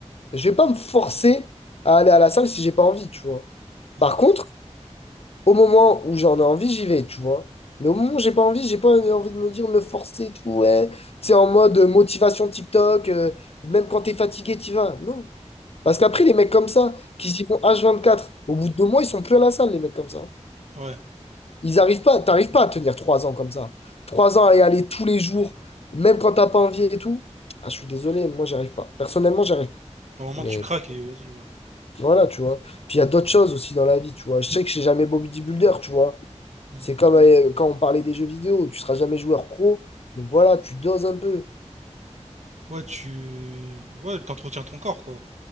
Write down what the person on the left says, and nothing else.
Je vais pas me forcer à aller à la salle si j'ai pas envie, tu vois.
Par contre, Au moment où j'en ai envie, j'y vais, tu vois. Mais au moment où j'ai pas envie, j'ai pas envie de me dire, de me forcer et tout, ouais. Tu sais, en mode euh, motivation TikTok, euh, même quand t'es fatigué, t'y vas. Non. Parce qu'après, les mecs comme ça, qui s'y vont H24, au bout de deux mois, ils sont plus à la salle, les mecs comme ça.
Ils arrivent pas, t'arrives pas à tenir trois ans comme ça. Trois ans à y aller tous les jours, même quand t'as pas envie et tout. Ah, je suis désolé, moi, j'arrive pas. Personnellement, j'arrive pas.
Mais
voilà, tu vois. Puis il y a d'autres choses aussi dans la vie, tu vois. Je sais que je suis jamais beau bodybuilder, tu vois.
C'est comme euh, quand on parlait des jeux vidéo, tu seras jamais joueur pro, donc voilà, tu doses un peu.